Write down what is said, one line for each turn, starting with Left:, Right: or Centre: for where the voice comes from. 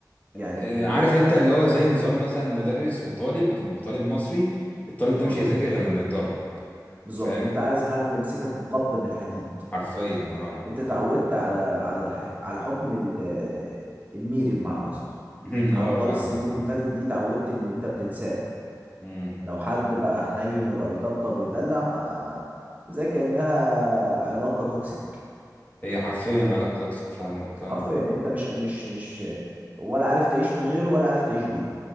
Right: يعني
Left: آه،
Right: يكون
Left: عارف
Right: حد
Left: أنت اللي هو زي نظام مثلا مدرس وطالب وطالب مصري الطالب ده
Right: اه
Left: مش هيذاكر غير لما يتضرب
Right: بالظبط
Left: فاهم
Right: انت عايز حد يمسكك بقبضه من حديد
Left: حرفيا اه
Right: انت تعودت على على الحك... على الحكم ال- الميري بمعنى صح
Left: <laughs>
Right: على
Left: اه
Right: مدار
Left: فاهمك
Right: السنين
Left: اه
Right: اللي فاتت دي تعودت ان انت بتتساق
Left: مم.
Right: لو حد بقى حنين وبقى بيطبطب ويدلع ما زي كأنها علاقة توكسيك
Left: هي حرفيا علاقة توكسيك فاهمك
Right: حرفيا
Left: اه
Right: انت مش مش مش ولا عارف تعيش من غيره ولا عارف تعيش بيه